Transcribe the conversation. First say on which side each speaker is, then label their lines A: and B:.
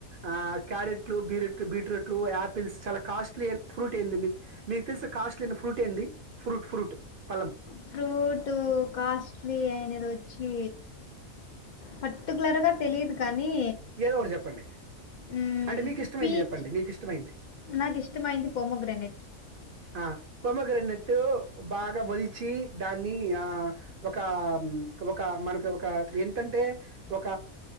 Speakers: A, on the right; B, on the left.
A: ఆ క్యారెట్లు బీరుట్లు బీట్రుట్లు యాపిల్స్ చాలా కాస్ట్లీ ఐన ఫ్రూట్ ఏంది మీకు. మీక్ తెల్సి కాస్ట్లీ ఐన ఫ్రూటేంది ఫ్రూట్ ఫ్రూట్ పలం
B: ఫ్రూటు కాస్ట్లీ అయినదొచ్చి పట్టికులర్ గా తెలిదు కా. కానీ
A: ఏదో ఒకటి చెప్పండి.
B: ఉమ్
A: అంటే మీకిష్టమైంది
B: పీచ్
A: చెప్పండి. మీకిష్టమైంది.
B: నాకిష్టమైంది పొమోగ్రనేట్.
A: అ. పొమోగ్రనెట్టు బాగా వల్ చి దాన్ని ఆ ఒక మ్ ఒక మనకు ఒక ఎంతంటే ఒక